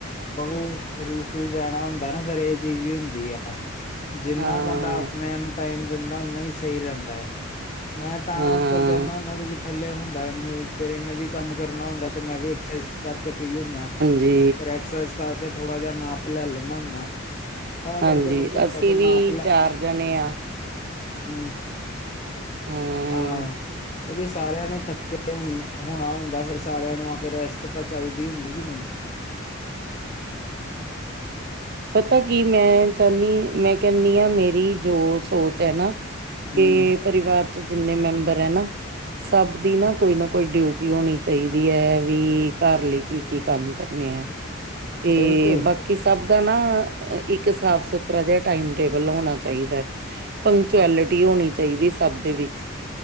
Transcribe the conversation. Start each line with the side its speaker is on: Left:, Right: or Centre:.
Left: ਔਨੁੰ ਵੀ ਫਰੀ-ਫਰੀ ਰੈਣਾ ਹੁੰਦਾ ਨਾ, ਫੇਰ ਏ ਚੀਜ਼ ਵੀ ਹੁੰਦੀ ਐ। ਜਿੰਨਾ
Right: ਹਾਂ
Left: ਬੰਦਾ ਅਪਣਿਆਂ ਨੂੰ ਟਾਈਮ ਦਿੰਦਾ, ਓਨਾ ਐ ਸਈ ਰੈਂਦਾ ਐ। ਮੈਂ ਤਾਂ
Right: ਹਾਂ
Left: ਉੱਪਰ ਜਾਂਨਾ ਹੁੰਨਾ, ਕਿਉਂਕਿ ਥੱਲੇ ਹੁੰਦਾ ਨੀ ਕੋਈ, ਫੇਰ ਏਨੇ ਵੀ ਕੰਮ ਕਰਨਾ ਹੁੰਦਾ ਤੇ ਮੈਂ ਵੀ ਐਕਸਸਾਈਜ ਕਰਕੇ ਫ੍ਰੀ ਹੁੰਨਾ।
Right: ਜੀ।
Left: ਐਕਸਾਈਜ਼ ਕਰਕੇ, ਥੋੜਾ ਜਾ ਨਾਪ ਲੈ ਲੈਂਨਾ ਹੁੰਨਾ। ਤਾਂ
Right: ਹਾਂਜੀ,
Left: ਕਰਕੇ, ਫੇਰ ਘੰਟਾ
Right: ਅਸੀਂ
Left: ਕੁੁੰ
Right: ਵੀ
Left: ਨਾਪ ਲੈ
Right: ਚਾਰ ਜਣੇ ਆ
Left: ਹੁੰ,
Right: ਅ
Left: ਆ। ਕਿਉਂਕਿ ਸਾਰਿਆਂ ਨੇ ਥੱਕੇ ਹੋਣਾ ਹੁੰਦਾ, ਫਿਰ ਸਾਰਿਆਂ ਨੂੰ ਆ ਕੇ ਰੈਸਟ ਤਾਂ ਚਾਹੀਦੀ ਹੁੰਦੀ ਕਿ ਨੀ। ਹਾਂ,
Right: ਪਤਾ ਕੀ ਮੈਂ ਚਾਦੀ ਮੈਂ ਕਹਿੰਨੀ ਆ ਮੇਰੀ ਜੋ ਸੋਚ ਐ ਨਾ ਕਿ
Left: ਹੂੰ
Right: ਪਰਿਵਾਰ ਚ ਜਿੰਨੇ ਮੈਂਬਰ ਐ ਨਾ ਸਭ ਦੀ ਨਾ ਕੋਈ ਨਾ ਕੋਈ ਡਿਊਟੀ ਹੋਣੀ ਚਾਹੀਦੀ ਐ ਵੀ ਘਰ ਲਈ
Left: <inaudible>
Right: ਕੀ ਕੀ ਕੰਮ ਕਰਨੇ ਆ ਤੇ
Left: ਬਿਲਕੁਲ
Right: ਬਾਕੀ ਸਭ ਦਾ ਨਾ ਇੱਕ ਸਾਫ ਸੁਥਰਾ ਜਿਹਾ ਟਾਈਮ ਟੇਬਲ ਹੋਣਾ ਚਾਹੀਦਾ। ਪੰਕਚੁਐਲਿਟੀ ਹੋਣੀ ਚਾਹੀਦੀ ਸਭ ਦੇ ਵਿੱਚ,